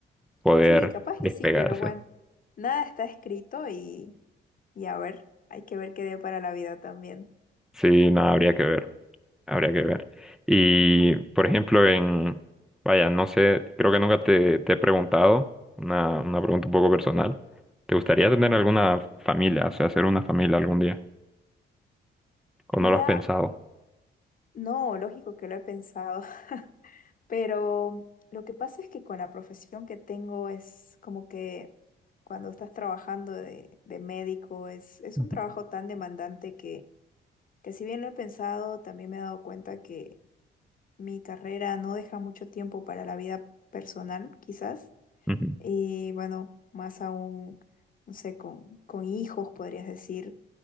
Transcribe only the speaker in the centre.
poder
despegarse.
Sí, no, habría que ver, habría que ver. Y, por ejemplo, en, vaya, no sé, creo que nunca te, te he preguntado, una, una pregunta un poco personal. ¿Te gustaría tener alguna familia, o sea, hacer una familia algún día? ¿O
no lo has pensado?
Ujú.
Ujú,